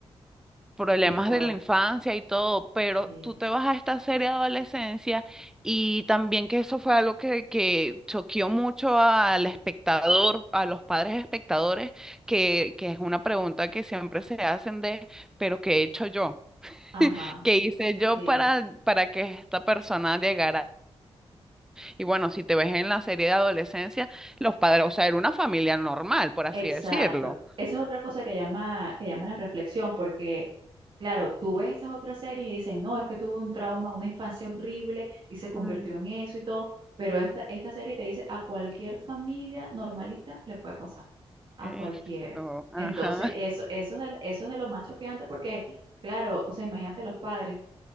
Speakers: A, in the centre; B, on the right.
A: problemas
B: qué fuerte.
A: de la infancia y todo, pero
B: Sí.
A: tú te vas a esta serie de adolescencia y también que eso fue algo que, que choqueó mucho al espectador, a los padres espectadores, que, que es una pregunta que siempre se hacen de, pero ¿qué he hecho yo?
B: Ajá,
A: ¿Qué hice yo
B: sí,
A: para, para que esta persona llegara? Y bueno, si te ves en la serie de adolescencia, los padres, o sea, era una familia normal, por así
B: exacto.
A: decirlo.
B: Esa es otra cosa que llama, que llama la reflexión, porque, claro, tú ves esas otras series y dicen, no, es que tuvo un trauma, una infancia horrible y se convirtió
A: Mm,
B: en eso y todo, pero esta, esta serie te dice, a cualquier familia normalita le puede pasar. a
A: esto,
B: cualquiera.
A: ajá.
B: Entonces, eso, eso es de, eso es de lo más choqueante porque, claro, o sea, imagínate los padres,